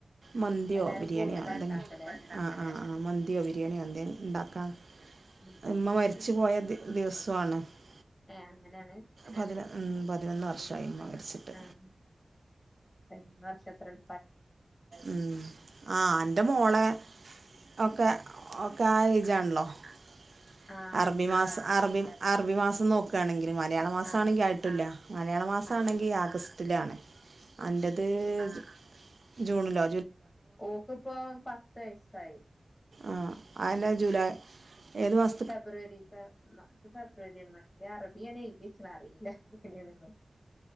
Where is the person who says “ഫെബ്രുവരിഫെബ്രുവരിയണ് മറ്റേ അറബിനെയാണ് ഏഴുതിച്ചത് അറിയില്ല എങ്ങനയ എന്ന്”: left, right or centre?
Left